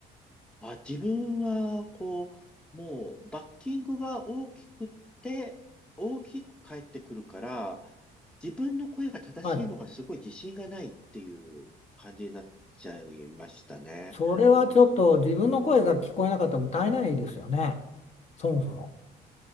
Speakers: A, in the centre; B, on the left.
A: あ、自分は、こう、もう、バッキングが大きくって、大きく返ってくるから、自分の声が正しいのがすごい自信がないっていう感じになっちゃいましたね。
B: はい。それはちょっと自分の声が聞こえなかったら歌えないですよね。そもそも。